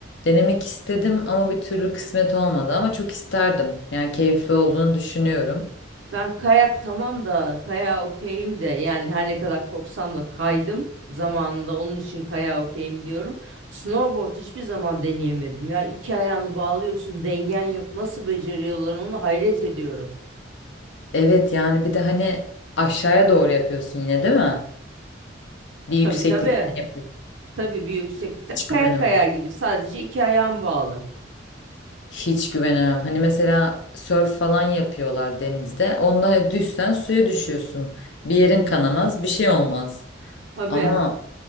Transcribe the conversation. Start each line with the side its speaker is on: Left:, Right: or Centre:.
Left: Denemek istedim ama bir türlü kısmet olmadı ama çok isterdim. Yani keyifli olduğunu düşünüyorum.
Right: Ben kayak tamam da kayağa okeyim de yani her ne kadar korksam da kaydım zamanında onun için kayağa okeyim diyorum. Snowboard hiçbir zaman deneyemedim ya iki ayağını bağlıyorsun dengen yok nasıl beceriyorlar onu hayret ediyorum.
Left: Evet yani bir de hani aşağıya doğru yapıyorsun yine değil mi? Bir yükseklikten
Right: Tabii tabii
Left: yapıyorsun.
Right: tabii bir yükseklikte
Left: Hiç
Right: kayak
Left: güvenim.
Right: kayar gibi sadece iki ayağın bağlı.
Left: Hiç güvenemem. Hani mesela sörf falan yapıyorlar denizde. Onda hani düşsen suya düşüyorsun. Bir yerin kanamaz, bir şey olmaz.
Right: Tabii
Left: Ama